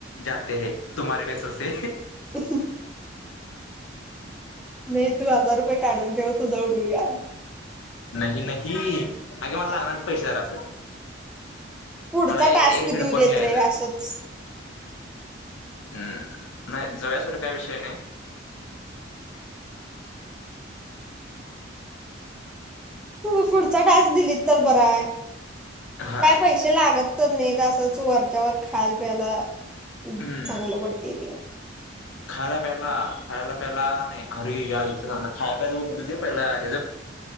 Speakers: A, on the left; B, in the centre.
A: जाते है तुम्हारे पैसो से
B: अ, ह नाही तू हजार रुपये काढून ठेव जाऊन येऊया
A: नाही नाही ही अगं मला लागणार पैसे जरा
B: पुढचा
A: मला एक
B: टास्क
A: हेडफोन
B: देऊ देत
A: घ्यायचा
B: नाही असंच
A: हा नाही जाऊ असं काही विषय नाही
B: तुम्ही पुढचा टाक्स दिला तर बर आहे काय
A: हा
B: पैसे लागत तर नेत असत वरच्यावर खायला प्यायला
A: हम्म
B: चांगलं पडते की
A: खायला प्यायला खायला प्यायला नाही खारी आणायचं खाय प्यायचं होऊ देत पहिलं